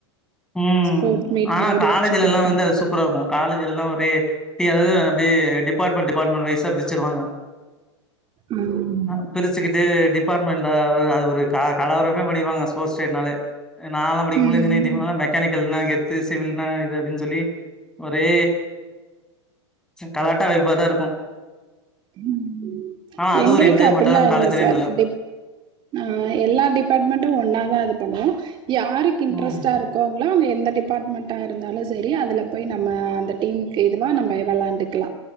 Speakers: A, in the centre; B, on the right.
A: ம்
B: ஸ்போர்ட்ஸ் மீட்
A: ஆனா
B: மாதிரி
A: காலேஜ்லலா
B: வச்சு கொடுப்பாங்க
A: வந்து அது சூப் பரா இருக்கு காலேஜ் லா ஒரே டி எல் அப்டே டிபார்ட்மெண்ட் டிபார்ட்மெணட் வய்சா பிரிச்சிருவாங்க
B: ஆம்
A: அ பிரிச்சுக்கிட்டு டிபார்ட்மெண்ட்ட அது ஒரு க கலவரமே பண்ணிடுவாங்க ஸ்போட்ஸ் டேனாலே நாலா படிக்கும்போலா
B: ம்.
A: இன்ஜினேங் இவுனுங்களா மெக்கானிக்கல்னா கெத்து சிவில்னா இது அப்டின்னு சொல்லி ஒரே கலாட்டா வைபா தா இருக்கு
B: ம் ம்
A: ஆனா அது
B: எங்களுக்கு
A: ஒரு என்ஜாய்மெண்டா
B: அப்டிலா
A: தா காலேஜ்
B: இல்ல
A: டைம்ல
B: சார் டிப் ஆ எல்லா டிபார்ட்மெண்ட்டு ஒன்னா தா இது பண்ணுவோ யாருக்கு இன்ட்ரெஸ்ட்டா
A: ம்
B: இருக் கோங்களா எந்த டிபார்ட்மெண்ட்டா இருந்தாலு சரி அதுல போய் நம்ம அந்த டீமுக்கு இதுவாக நம்ப விளையாண்டுக்கலா